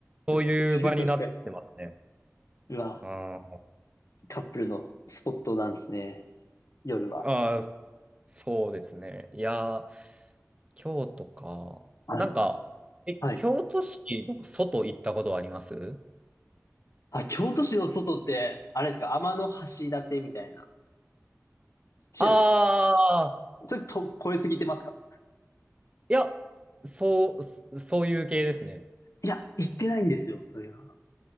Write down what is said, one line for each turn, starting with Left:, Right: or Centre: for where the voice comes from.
Right: そういう場になってますね。
Left: かに確かに。うわ。
Right: あ
Left: カップルのスポットなんですね。夜は。
Right: あ、そうですね。いやー、京都か。
Left: はい。
Right: なんか、え、
Left: はい。
Right: 京都市の外行ったことはあります
Left: あ、京都市の外って、あれですか、天橋立みたいな。そっちじゃないです。
Right: あ
Left: それと、超えすぎてますか
Right: いや、そう、そそういう系ですね。
Left: いや、行ってないんですよ、それは。